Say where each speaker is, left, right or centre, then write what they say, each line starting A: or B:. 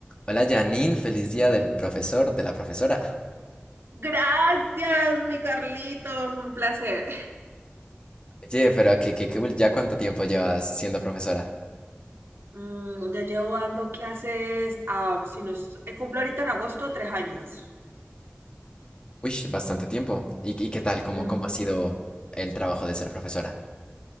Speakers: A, on the left; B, on the right.
A: Hola Janine, feliz día del profesor, de la profesora.
B: Gracias, mi Carlitos, un placer.
A: Oye, pero que, que, que cool, ¿ya cuánto tiempo llevas siendo profesora?
B: Mm, ya llevo dando clases, am, si no es- eh, cumplo ahorita en agosto tres años.
A: Uy, bastante tiempo. ¿Y, y qué tal? ¿Cómo,
B: Ujú.
A: cómo ha sido el trabajo de ser profesora?